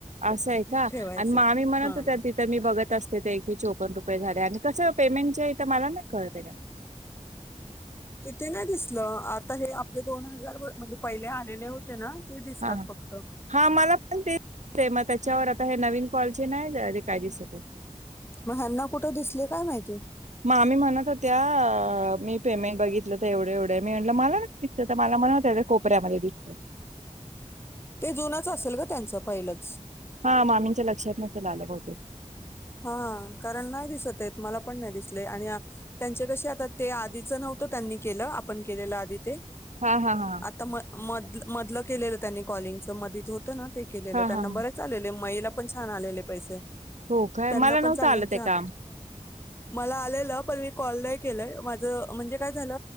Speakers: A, on the right; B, on the left.
A: असं आहे का?
B: ठेवायचं
A: आणि मामी म्हणत
B: हा
A: होत्या तिथ तर मी बघत असते तर एकशे चोपन रुपये झाले, आणि कसं पेमेंटचे, तर मला नाही कळते?
B: तिथे ना दिसलं, आता हे आपले दोन हजार व म्हणजे पहिले आलेले होते ना ते दिसतात
A: हा हा
B: फक्त.
A: हा मला पण ते मग <unintelligible> त्याच्यावर आता हे नवीन कॉलचे नाही जे काय दिेसते.
B: मग ह्यांना कुठे दिसले काय माहिती?
A: मामी म्हणत होत्या, मी पेमेंट बघितलं तर, एवढे एवढे मी म्हटलं मला तर मला म्हण होत कोपऱ्यामध्ये दिसत
B: ते जुनच असेल ग, त्यांचं पहिलंच.
A: हा, मामींच्या लक्षात नसेल आलं बहुत त बहुतेक
B: हा, कारण नाही दिसत येत, मला पण नाही दिसले, आणि त्यांचे कसे, आता ते आधीच नव्हतं त्यांनी केलं, आपण केलेलं आधी ते
A: हा हा हा.
B: त म मद मधलं केलेलं त्यांनी कॉलिंगच, मधीच होतं ना ते, केलेलं
A: हा
B: त्यांनां
A: हा हा
B: बरे चालेले, मयेला पण छान आलेले पैसे.
A: हो काय?
B: त्यांना
A: मला नव्हतं
B: पण चांगलंच
A: आलं ते काम.
B: मला आलेलं, पण मी कॉल नाही केलंय, माझ म्हणजे काय झालं